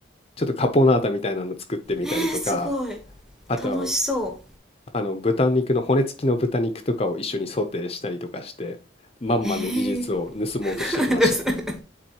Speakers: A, on the left; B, in the centre.
A: ちょっとカポナータみたいなの作ってみたりとか、
B: えー、すごい
A: あとは
B: 楽しそう
A: あの豚肉の骨付きの豚肉とかを一緒にソテーしたりとかして、まんまの技術を盗もうとしてきました。
B: えーです <laughs>